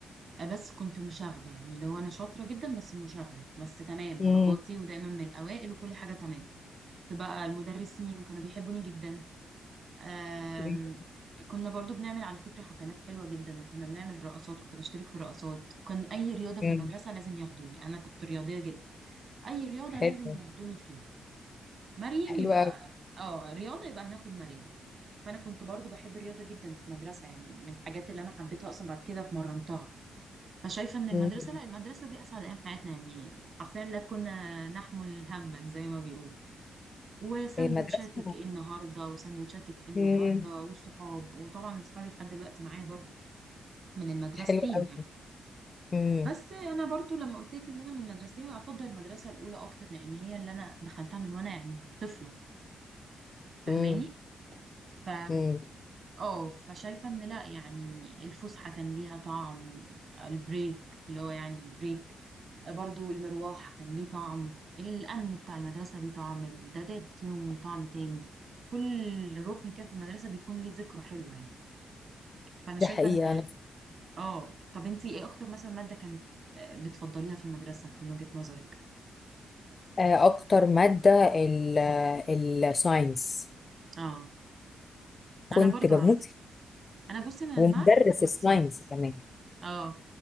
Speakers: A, on the right; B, on the left.
A: آه، بس كنت مشاغبة يعني اللي هو أنا شاطرة جدا بس مشاغبة بس تمام
B: امم
A: درجاتي ودايما من الأوائل وكل حاجة تمام كنت بقى المدرسين كانوا بيحبوني جدا آم،
B: أوكي.
A: كنا برضو بنعمل على فكرة حفلات حلوة جدا وكنا بنعمل رقصات كنت بشترك في رقصات كان أي رياضة في
B: مم.
A: المدرسة لازم ياخدوني أنا كنت رياضية جدا أي رياضة
B: حلو
A: لازم ياخدوني فيها مريم
B: حلو
A: يبقى اه رياضة يبقى هناخد مريم فأنا كنت برضو بحب الرياضة جدا في المدرسة يعني من الحاجات اللي أنا حبيتها أصلا بعد كده اتمرنتها فشايفة ان المدرسة
B: قوي
A: لا المدرسة دي اسعد ايام حياتنا يعني حرفيا لا كنا نحمل هما زي ما بيقولوا وساندوتشاتك
B: إيه مدرسة
A: ايه النهارده وساندوتشاتك ايه النهارده
B: مم.
A: والصحاب وطبعا اصحابي لحد دلوقتي معايا برضو من المدرستين
B: حلو قوي
A: يعني
B: مم.
A: بس انا برضو لما قلت لك ان انا من مدرستين افضل المدرسة الاولى اكتر لان هي اللي انا دخلتها من وانا يعني طفلة فاهماني
B: مم.
A: ف
B: مم.
A: اه فشايفة ان لا يعني الفسحة كان ليها طعم البريك اللي هو يعني بريك برضو المروح كان ليه طعم الأمن بتاع المدرسة ليه طعم الدادات ليهم طعم تاني كل ركن كده في المدرسة بيكون ليه ذكرى حلوة يعني فأنا شايفة
B: ده حقيقة
A: إن
B: أنا
A: اه طب انتي ايه أكتر مثلا مادة كانت آه، بتفضليها في المدرسة من وجهة نظرك؟
B: آه، أكتر مادة الساينس
A: اه
B: كنت
A: أنا برضو
B: بموت
A: على فكرة
B: فيه.
A: أنا بصي أنا
B: ومدرس
A: الماث والساينس
B: الساينس كمان
A: اه